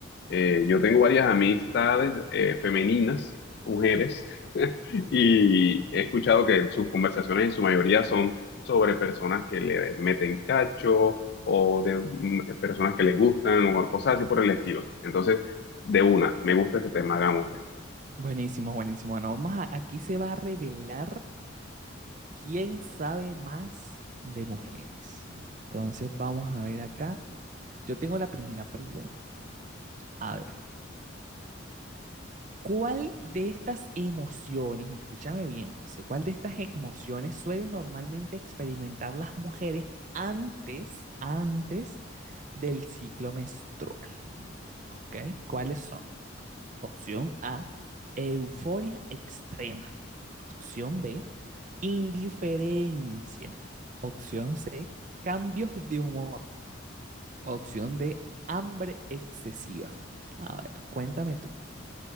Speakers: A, on the left (about 55°); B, on the right (about 40°).
A: Eh, yo tengo varias amistades eh, femeninas, mujeres, <laughs> y he escuchado que sus conversaciones en su mayoría son sobre personas que le meten cacho o de mm, personas que les gustan o cosas así por el estilo. Entonces, de una, me gusta este tema, hagámosle.
B: Buenísimo, buenísimo. Bueno, vamos a- aquí se va a revelar ¿Quién sabe más de mujeres? Entonces vamos a ver acá. Yo tengo la primera pregunta. A ver, ¿cuál de estas emociones, y escúchame bien, José, cuál de estas emociones suelen normalmente experimentar las mujeres antes, antes del ciclo menstrual? ¿Ok? ¿Cuáles son? Opción A, euforia extrema. Opción B, indiferencia. Opción C, cambios de humor. Opción D, hambre excesiva. A ver, cuéntame tú.